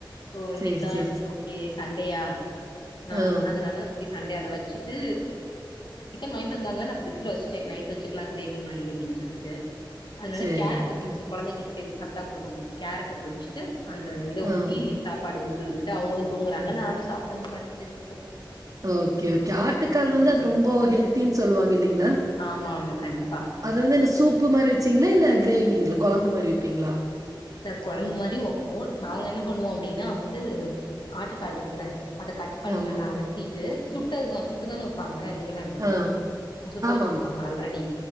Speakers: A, on the left; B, on the right.
A: ஓ இன்னைக்க
B: சேரி சேரி
A: செரி
B: சே
A: ஓகே சண்டையா ஆஹ்
B: ஆ
A: அதனால ஓகே சண்டே அத வச்சிட்டு சிக்கன் வாங்கிட்டு வந்தாங்க நா பிரிட்ச்ல வெச்சுட்டே நைட் வெச்சுக்கலாம் கிரேவி மாரி அப்டின்னு சொல்லிட்டு அதனால
B: சேரி
A: கேரட்
B: ஓகே
A: இருந்துச்சு
B: ஓகே
A: கொழந்தைங்களூக் சேரி சத்தா குடுப்போ அப்டின்ட்டு கேரட்ட பொரிச்சிட்டு அந்த இத
B: ஆ
A: ஊத்தி சாப்பாடு ஊ ட்டுட்டு அவுங்களு தூங்குறாங்க நானும் சாப்ட்டு வந்து படுத்துட்டே சிஸ்டர்
B: ஓகே ஓகே ஆட்டுக்கால் வந்து அது
A: ம்
B: ரொம்ப ரொம்போ ஹெல்த்தி சொல்லுவாங்க இல்லங்களா
A: ஆமா ஆமா கண்டிப்பா
B: அத வந்து சூப்பு மாரி வச்சீங்களா இல்ல கிரேவிங்களா கொழம்பு மாரி வெப்பீங்களா
A: இந்த கொழம்பு மாரி வைப்போ நாங்க என்ன பண்ணுவோ அப்டின்னா வந்துட்டு ஆட்டுக்கால் இருக்குல அத கட் பண்ணி
B: ஆமா
A: நல்லா அலசிட்டு சுட்டதுதா சுட்டுதானே வைப்பாங்க நீங்கலாம் எப்டி
B: ஆ
A: சுட்டு
B: ஆமா
A: வெச்சிருப்பாங்க
B: ஆமா
A: ஆல்ரெடி